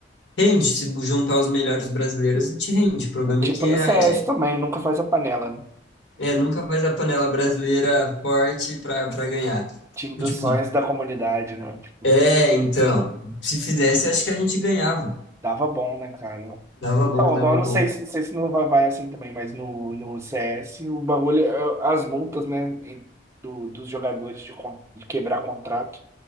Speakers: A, on the left; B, on the right.
A: Rende, se juntar os melhores brasileiros, a gente rende. O problema
B: É tipo
A: é que é,
B: no C S
A: é,
B: também, nunca faz a panela, né?
A: é, nunca faz a panela brasileira forte pra, pra ganhar.
B: Time dos
A: Tipo,
B: sonhos da comunidade, né? Tipo,
A: é, então, se fizesse, acho que a gente ganhava.
B: Dava bom, né, cara?
A: Dava
B: Então,
A: bom,
B: agora
A: dava
B: não sei,
A: bom.
B: se- não sei se no vai vai assim também, mas no, no CS o bagulho, é- as multas, né, em- do, dos jogadores de, con- de quebrar contrato,